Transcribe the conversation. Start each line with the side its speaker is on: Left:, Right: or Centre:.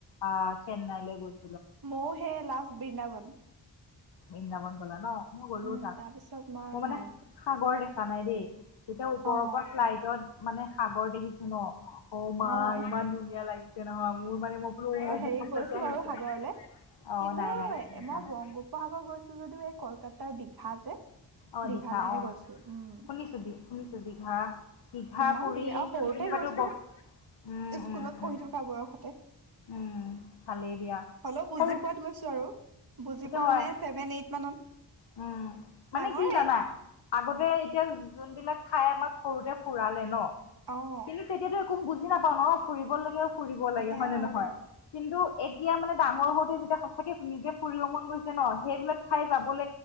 Left: অ', চেন্নাইলৈ গৈছিলৈ।
Right: মইও হেই লাষ্ট বৃন্দাবন।
Left: বৃন্দাবন গ'লা ন'? মই গ'লো
Right: উম,
Left: তাত
Right: তাৰপিছত মই
Left: মোৰ
Right: আৰু
Left: মানে
Right: নাই
Left: সাগৰ দেখা নাই দেই, যেতিয়া ওপৰৰ
Right: অ',
Left: পৰা ফ্লাইটত মানে সাগৰ দেখিছো ন' অ', মা
Right: অ',
Left: ইমান ধুনীয়া লাগিছে নহয় মোৰ মানে মই বোলো অ',
Right: হেৰি
Left: মই সঁচাকে
Right: গৈছো
Left: আহিছো
Right: বাৰু সাগৰলে
Left: অ',
Right: কিন্তু
Left: নাই নাই <unintelligible>
Right: মই
Left: নাই।
Right: <unintelligible> গৈছো যদিও এই কলকাতাৰ দীঘা যে
Left: অ
Right: দীঘালেহে
Left: দীঘা অ
Right: গৈছো, উম।
Left: শুনিছো শুনিছো দিঘা দিঘা
Right: ইমান
Left: পুৰি
Right: ভিৰ আৰু সৰুতে
Left: সেইখিনিপাতো
Right: গৈছো
Left: ব উম
Right: স্কুলত
Left: উম উম
Right: পঢ়ি থকা বয়সতে।
Left: উম ভালেই দিয়া
Right: হ'লেও বুজি
Left: সৰু
Right: পোৱাত গৈছো আৰু। বুজি
Left: সেইটো
Right: পোৱা
Left: হয়
Right: মানে ছেভেন এইট মানত।
Left: উম, মানে
Right: ডাঙৰে
Left: কি জানা? আগতে এতিয়া যোনবিলাক ঠাই আমাক সৰুতে ফুৰালে ন'?
Right: অ'।
Left: কিন্তু তেতিয়াতো একো বুজি নাপাও ন ফুৰিব লাগে আৰু ফুৰিব লাগে
Right: সেয়া
Left: হয় নে নহয়
Right: বাৰু
Left: কিন্তু এতিয়া মানে ডাঙৰ হওঁতে যেতিয়া সচাকে নিজে ফুৰিব মন গৈছে ন সেইবিলাক ঠাই যাবলে